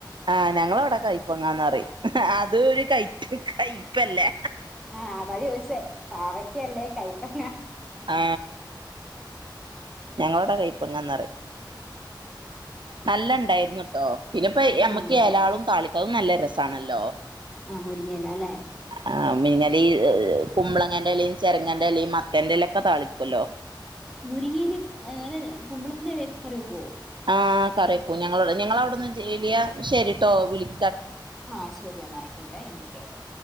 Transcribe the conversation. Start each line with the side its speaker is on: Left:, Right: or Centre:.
Right: ആഹ് ഞങ്ങളവിടെ കയ്പങ്ങാന്ന് പറയും അതു ഒരു കയ്പല്ലേ
Centre: ആ അതാ ചോദിച്ചേ പാവക്കല്ലേ കയപ്പങ്ങ
Right: ആ ഞങ്ങളോട കൈപ്പങ്ങാന്നപറി നല്ല ഇണ്ടായിരുന്നു ട്ടോ പിന്നെപ്പോ നമ്മക്ക്
Centre: ആഹ്
Right: ഏലാളും താളിക്ക അത് നല്ല രസമാണല്ലോ
Centre: ആ മുരിങ്ങ ഇലഅല്ലെ
Right: ആ മീൻകറികുമ്പളങ്ങന്റെ ഇല ചെരങ്ങന്റെ ഇല മത്തന്റെ ഇല ഒക്കെ താളിക്കല്ലോ
Centre: മുരിങ്ങയില കുമ്പളത്തിലൊക്കെ കറി വെക്കുവോ
Right: ആ കറി വെക്കൂ ഞങ്ങള ഞങ്ങളെ അവിടെന്ന് ചലിയ ശരി കേട്ടോ വിളി
Centre: ആഹ് ശരിയ എന്നാ ആയിക്കോട്ടെ വിളിക്ക കേട്ടോ